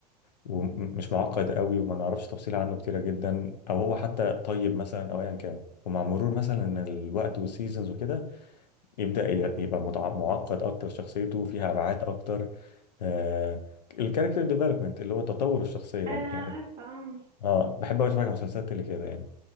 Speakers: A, on the left; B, on the right.
A: ومش معقد قوي وما نعرفش تفصيل عنه كتيرة جدا او هو حتى طيب مثلا او ايا كان ومع مرور مثلا الوقت والسيزونز وكده يبدأ ي- يبقى متع- معقد اكتر شخصيته فيها ابعاد اكتر آه الكاركتر ديفلوبمنت اللي هو تطور الشخصية يعني
B: انا
A: يعني
B: عارفه آه.
A: اه بحب أوي اتفرج على مسلسلات اللي كده يعني